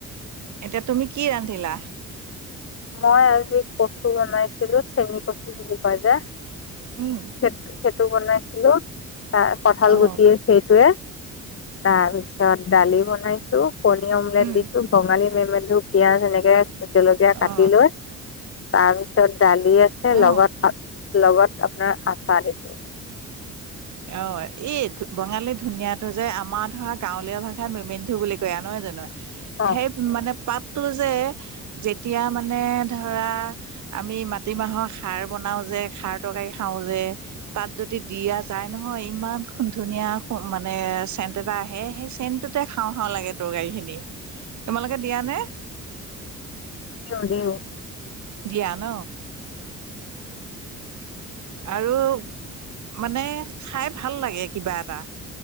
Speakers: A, on the right; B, on the left.
A: এতিয়া তুমি কি ৰান্ধিলা?
B: মই আজি কচু বনাইছিলো, চেনি কচু বুলি কয় যে।
A: উম
B: সেই সেইটো, বনাইছিলো কঠাল
A: অ
B: গুটিৰ সেইটোয়ে। তাৰ পিছত দালি বনাইছো, কণী অমলেট
A: উম
B: দিছো, বঙালী মেমেধু পিয়াজ এনেকে জলকীয়া কাটি
A: অ
B: লৈ, তাৰপিছত দালি আছে
A: অ
B: লগত লগত আপনাৰ আচাৰ দিছো
A: অ এই বঙালী ধুনীয়াতটো যে আমাৰ ধৰা গাঁৱলীয়া ভাষাত মেমেন্ধু বুলি কয় আ নহয় জানো
B: অ
A: সেই মানে পাতটো যে যেতিয়া মানে ধৰা আমি মাটিমাহৰ খাৰ বনাও যে খাৰ তৰকাৰি খাওঁ যে তাত যদ দি দিয়া যায় নহয় ইমানু ধুনীয়া মানে চেণ্ট এটা আহে সেই চেণ্টটোতে খাওঁ খাওঁ লাগে টকাই খিনি তোমালোকে দিয়া নে
B: দিও দিওঁ
A: দিয়া ন আৰু মানে খাই ভাল লাগে কিবা এটা